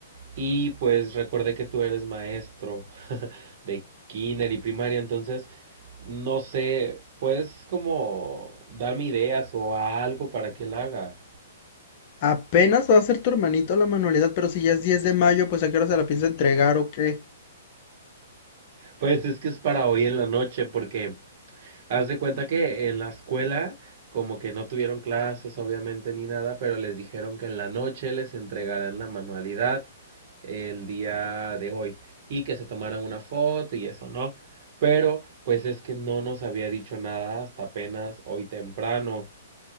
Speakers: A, on the right; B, on the left.
A: y pues recordé que tú eres maestro <laughs> de kinder y primaria, entonces no sé, ¿puedes como darme ideas o algo para que él haga?
B: Apenas va a hacer tu hermanito la manualidad, pero si ya es 10 de mayo, pues ¿a qué hora se la piensa entregar o qué?
A: Pues es que es para hoy en la noche porque Haz de cuenta que en la escuela, como que no tuvieron clases, obviamente, ni nada, pero les dijeron que en la noche les entregaran la manualidad el día de hoy y que se tomaran una foto y eso, ¿no? Pero, pues es que no nos había dicho nada hasta apenas hoy temprano.